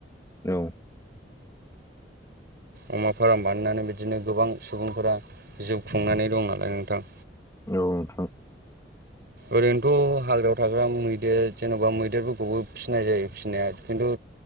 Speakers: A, on the left; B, on the right.
A: औ
B: अमा फार्म बानायनानै बिदिनो गोबां सुबुंफोरा जिउ खुंनानै दं नालाय नोंथां।
A: औ नोंथां।
B: ओरैनोथ' हाग्रायाव थाग्रा मैदेर जेन'बा मैदेरफोरखौबो फिनाय जायो फिनाया खिन्थु